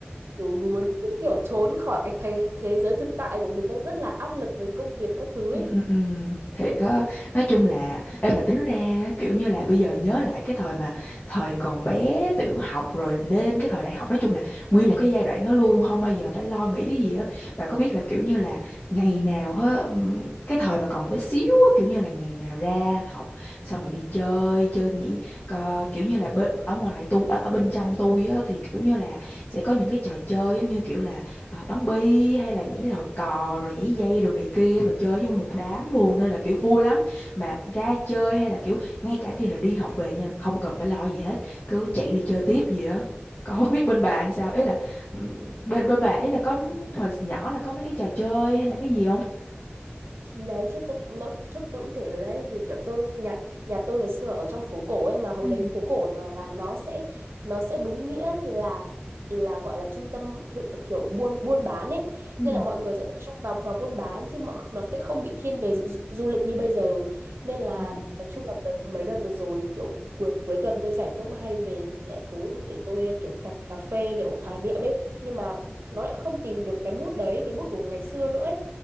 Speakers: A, on the right; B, on the left.
A: ừ, mình muốn muốn kiểu trốn khỏi cái thế, thế giới thực tại của mình đang rất là áp lực với công việc các thứ ấy
B: Ừ, ừ, ừ. Thiệt á nói chung là em mà tính ra kiểu như là bây giờ nhớ lại cái thời mà thời còn bé tiểu học rồi đến cái thời đại học nói chung là nguyên một cái giai đoạn nó luôn không bao giờ phải lo nghĩ cái gì á bà có biết là kiểu như là ngày nào á ừm, cái thời mà còn bé xíu á kiểu như là ngày nào ra học xong rồi đi chơi chơi nhảy cờ- kiểu như là bê- ở ngoài tu ở, ở bên trong tôi á thì kiểu như là sẽ có những cái trò chơi giống như kiểu là ờ, bắn bi hay là nhảy lò cò rồi nhảy dây đồ này kia mà chơi với nguyên một đám luôn nên là kiểu vui lắm mà ra chơi hay là kiểu ngay cả khi là đi học về nha không cần phải lo gì hết cứ chạy đi chơi tiếp gì á còn không biết bên bạn sao ý là ừm, bên bên bạn ý là có hồi nhỏ là có mấy cái trò chơi hay là cái gì không
A: thì đấy chứ tôi cũng- nó trước tôi cũng kể rồi đấy thì kiểu tôi nhà nhà tôi ngày xưa là ở trong phố cổ ấy mà hồi
B: ừ
A: đấy phố cổ là, là nó sẽ nó sẽ đúng nghĩa là là gọi là trung tâm thự, kiểu buôn buôn bán ấy
B: ừ
A: nên là mọi người sẽ tập trung vào vào buôn bán chứ mà nó sẽ không bị thiên về du, du lịch như bây giờ nên là
B: ừ
A: nói chung là đợt, mấy đợt vừa rồi kiểu cuối cuối tuần tôi rảnh tôi cũng hay về lại phố để tôi kiểu cà, cà phê kiểu hoài niệm ấy nhưng mà nó lại không tìm được cái mút đấy cái mút của ngày xưa nữa ấy